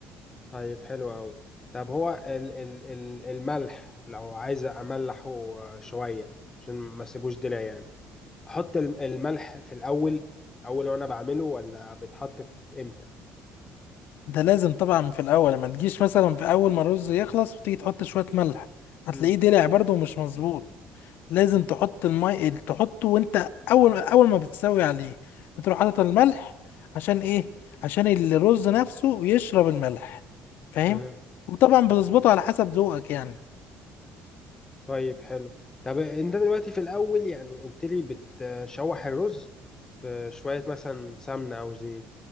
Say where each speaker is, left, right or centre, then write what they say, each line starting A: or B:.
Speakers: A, on the left (about 15°); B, on the left (about 65°).
A: طيب حلو قوي طب هو ال ال ال الملح لو عايز املحه شويه عشان ما اسيبوش دلع يعني احط الم- الملح في الاول اول وانا بعمله ولا بيتحط في امتى
B: ده لازم طبعا في الاول ما تجيش مثلا في اول ما الرز يخلص وتيجي تحط شويه ملح هتلاقيه
A: امم
B: دلع برضه ومش مظبوط لازم تحط المي تحطه وانت اول اول ما بتسوي عليه بتروح حاطط الملح عشان ايه عشان الرز نفسه يشرب الملح فاهم
A: امم
B: وطبعا بتظبطه على حسب ذوقك يعني
A: طيب حلو طب انت دلوقتي في الاول يعني قلت لي بتشوح الرز في شوية مثلا سمنة او زيت